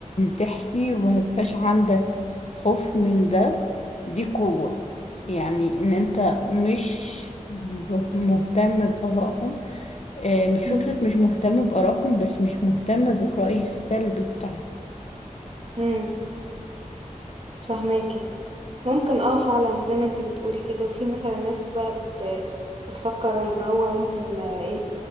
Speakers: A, on the left; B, on the right.
A: تحكي وميبقاش عندك خوف من ده دي قوة يعني إن أنت مش ب- مهتم بآرائهم آه مش
B: مم،
A: فكرة مش مهتم بآرائهم بس مش مهتم بالرأي السلبي بتاعهم
B: مم. فهماكي ممكن اه فعلا زي ما انتي بتقولي كده وفي مثلا ناس بقى بت بتفكر ان هو ممكن آه، ايه